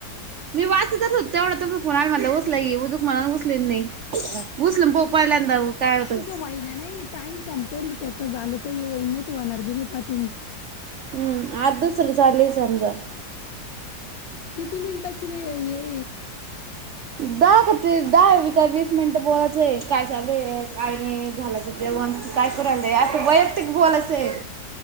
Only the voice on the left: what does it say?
वहि नाही. टाइम संपेल त्याचा झालं तर येवईन नाही तर होणार बी नाही पाह तु
किती मिनिटाची वेळ ये.